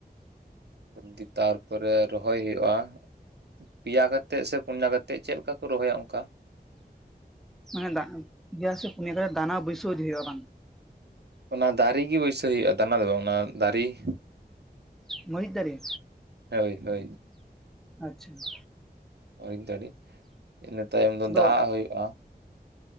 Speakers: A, on the right (about 80°); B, in the centre.
A: <unintelligible> ᱫᱤ ᱛᱟᱨᱯᱚᱨᱮ ᱨᱚᱦᱚᱭ ᱦᱩᱭᱩᱜᱼᱟ ᱾ ᱯᱮᱭᱟ ᱠᱟᱛᱮᱜ ᱥᱮ, ᱯᱩᱱᱭᱟ ᱠᱟᱛᱮᱜ ᱪᱮᱫ? ᱞᱮᱠᱟ ᱠᱚ ᱨᱚᱦᱚᱭᱟ ᱚᱱᱠᱟ ᱾
B: ᱢᱟᱱᱮ, ᱫᱟᱜ <unintelligible> ᱯᱮᱭᱟ ᱥᱮ ᱯᱩᱱᱭᱟ ᱠᱟᱛᱮᱫ, ᱫᱟᱱᱟ ᱵᱟ. ᱭᱥᱟ. ᱣ ᱤᱫᱤ ᱦᱩᱭᱩᱜᱼᱟ, ᱵᱟᱝ?
A: ᱚᱱᱟ ᱫᱟᱨᱮ ᱜᱮ, ᱵᱟᱹᱭᱥᱟᱹᱣ ᱦᱩᱭᱩᱜᱼᱟ ᱾ ᱫᱟᱱᱟ ᱫᱚ ᱵᱟᱝ? ᱚᱱᱟ ᱫᱟᱨᱮ ᱾
B: ᱢᱟᱹᱨᱤᱪ ᱫᱟᱨᱮ?
A: ᱦᱳᱭ, ᱦᱳᱭ ᱾
B: ᱟᱪᱪᱷᱟ ᱾
A: ᱚᱭᱤᱡ ᱫᱟᱰᱤᱹ <unintelligible> ᱤᱱᱟᱹ ᱛᱟᱭᱚᱢ ᱫᱚ,
B: ᱟᱫᱚ
A: ᱫᱟᱜ ᱦᱩᱭᱩᱜᱼᱟ ᱾